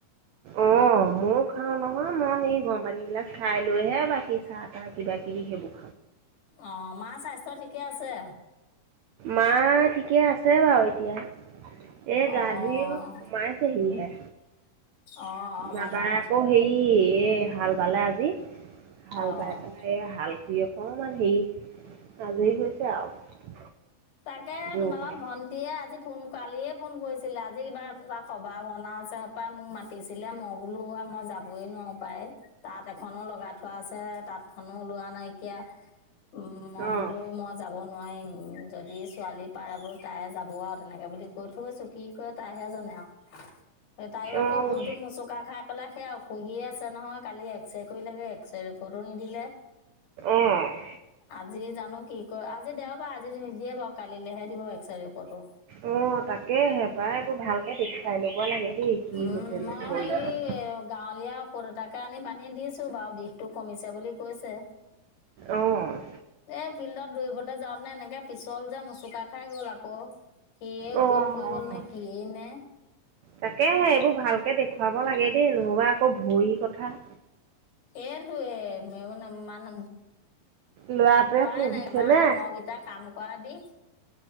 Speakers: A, on the right; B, on the left.
A: অ' ময়ো খাও নহয়, ময়ো সেই গৰম পানী গিলাচ খাই লৈহে বাকী চাহ কিবা কিবি সেইবোৰ
B: অ' মাৰ স্বাস্থ্য ঠিকে আছে?
A: মা ঠিকে আছে বাৰু এতিয়া। এই
B: অ',
A: গান্ধীৰ মাই চেহি হে।
B: অ', অ',
A: বাবাই
B: বাবা?
A: আকৌ হেৰি এই হাল বালে আজি, হাল
B: অ'।
A: বাই পেলাই এ, হাল খু অকমান হেৰি আজৰি হৈছে আৰু।
B: তাকে
A: গৰু
B: তোমালোকৰ
A: গাই।
B: ভন্টিয়ে আজি ফোন কালিয়ে ফোন কৰিছিলে আজি কিবা তাৰ সভা খ না চৰ পৰা মোক মাতিছিলে মই বোলো মই যাবই নোৱাৰোঁ পাই। তাঁত এখনো লগাই থোৱা আছে, তাঁতখনো লোৱা নাইকিয়া। উম, মই
A: অ',
B: বোলো মই যাব নোৱাৰিম। যদি ছোৱালী পাৰে বোলো তাই যাব আৰু তেনেকে বুলি কৈ থৈছোঁ কি কৰে তাইহে জানে আৰু। তায়ো আকৌ
A: অ',
B: ভৰিটোত মোচুক কা খাই পেলাই সেয়া খুহিয়ে আছে নহয়, কালি এক্সৰে কৰি লাগে এক্সৰে ৰিপৰ্টো নিদিলে।
A: অ'।
B: আজি জানো কি ক, আজি দেওবাৰ আজি যিয়ে বাৰু কালিলেহে দিব এক্সৰে ৰিপৰ্টটো।
A: অ' তাকেহে পায়বোৰ ভালকে দেখুৱাই ল'ব লাগে দেই কি
B: উম,
A: হৈছে
B: মই
A: ন' ভৰি।
B: এই গাঁৱলীয়া ঔষধ এটাকে আনি পানী দিছোঁ, বাৰু বিষটো কমিছে বুলি কৈছে।
A: অ'।
B: এই ফিল্ডত দৌৰিবলৈ যাওঁতেে এনেকে পিছল যে মচুকা খাই গ'ল আকৌ। সিয়েই উপোৱা
A: অ',
B: পৰি
A: অ'।
B: গ'ল নে কিয়েই নে।
A: তাকেহে এইবোৰ ভালকে দেখুৱাব লাগে দেই, নহবা আকৌ ভৰিৰ কথা।
B: এইটোৱে মানে মান। <unintelligible>
A: ল'ৰাটোৱে
B: উপায়
A: পঢ়িছে
B: নাই, আমাৰ
A: নে?
B: ডাঙৰকেইটা কাম কৰা দিশ।